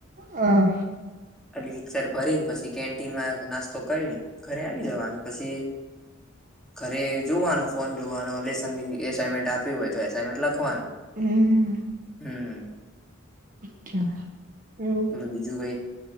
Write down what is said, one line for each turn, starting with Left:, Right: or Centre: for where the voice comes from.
Right: હા
Centre: <unintelligible> ભરીને પછી કેન્ટીનમાં નાસ્તો કરીને ઘરે આવી જવાનું પછી ઘરે જોવાનું ફોન જોવાનો લેસન બી એસાઇનમેન્ટ આપી હોય તો એસાઇનમેન્ટ લખવાનું.
Right: હમ્મ.
Centre: હમ્મ.
Right: અચ્છા એવું.
Centre: બોલો બીજું કઈ